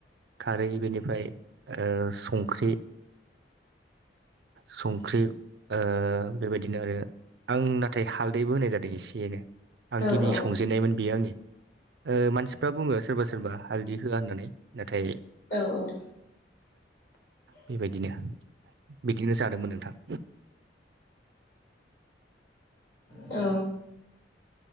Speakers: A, on the right (about 70°); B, on the left (about 60°).
A: खारै बेनिफ्राय औ संख्रि संख्रि औ बेबायदिनो आरो आं नाथाय हालदैबो होनाय जादों एसेनो आं
B: औ
A: गिबि
B: औ
A: संजेन्नायमोन बेयो आंनि मानसिफ्रा बुङो सोरबा सोरबा हालद होआ होननानै नाथाय
B: औ औ।
A: बेबायदिनो बिदिनो जादोंमोन नोंथां।
B: औ।